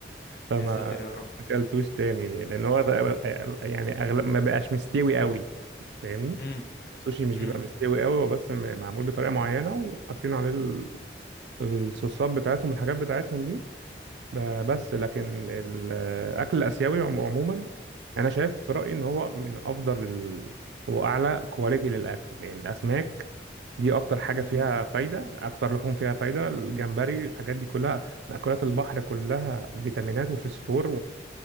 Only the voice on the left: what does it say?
يا ساتر يا رب
امم
امم
امم